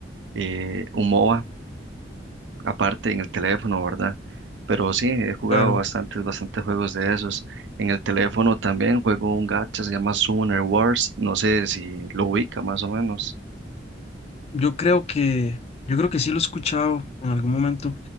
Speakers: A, on the right; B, on the left.
A: eh, un MOBA aparte en el teléfono, ¿verdad? Pero sí, he jugado
B: Claro,
A: bastantes, bastantes juegos de esos. En el teléfono también juego un gacha, se llama Summoner Wars, no sé si lo ubica más o menos.
B: yo creo que, yo creo que sí lo he escuchado en algún momento.